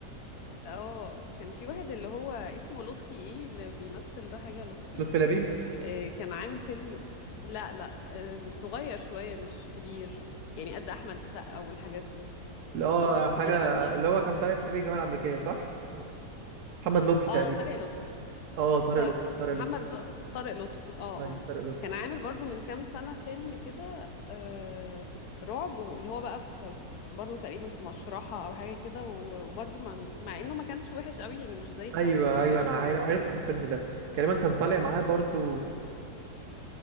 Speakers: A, on the left; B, on the right.
A: اه كان في واحد اللي هو اسمه لطفي ايه اللي بيمثل ده حاجة لطفي
B: لطفي لبيب
A: آه كان عامل فيلم لا لا آه صغير شوية مش كبير يعني قد احمد السقا والحاجات دي
B: اللي هو
A: مش
B: حاجة
A: كبير قوي يعني
B: اللي هو كان طالع في صعيدي في الجامعة الأمريكية صح؟ محمد لطفي
A: اه
B: تقريبا
A: طارق لطفي
B: اه طارق
A: طارق
B: لطفي طارق
A: محمد
B: لطفي
A: ل- طارق لطفي اه
B: ايوه
A: اه
B: طارق لطفي
A: كان عامل برضو من كام سنة فيلم كده آه رعب اللي هو بقى في برضو تقريبا في مشرحة او حاجة كده و- وبرضو مع, مع انه ما كانش وحش قوي يعني مش زي بتاع
B: ايوه
A: نيلي كريم
B: ايوه انا عارف
A: و...
B: عرفت الفيلم ده تقريبا كان طالع
A: اه
B: معاه برضو